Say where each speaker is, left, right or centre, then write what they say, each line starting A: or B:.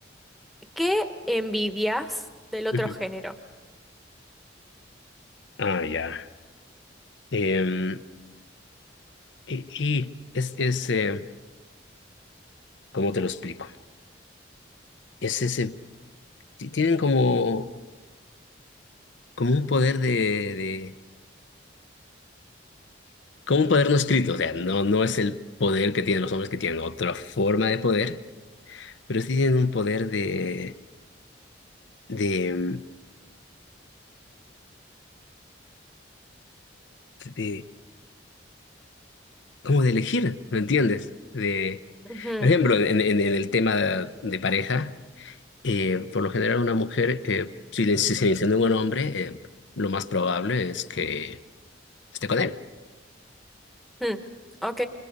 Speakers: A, in the centre; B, on the left (about 75°).
A: ¿qué envidias del otro
B: Ujú.
A: género?
B: Ah, ya. Em, y, y es, es eh, ¿cómo te lo explico? Es ese, ti- tienen como como un poder de, de- como un poder no escrito, o sea, no, no es el poder que tienen los hombres que tienen otra forma de poder, pero sí tienen un poder de, de, mm, de- como de elegir, ¿me entiendes? De,
A: Ujú,
B: por ejemplo, en, en- en el tema de, pareja, eh, por lo general una mujer, eh, si, le- si se le insinúa un hombre, eh, lo más probable es que esté con él,
A: mm, Ok,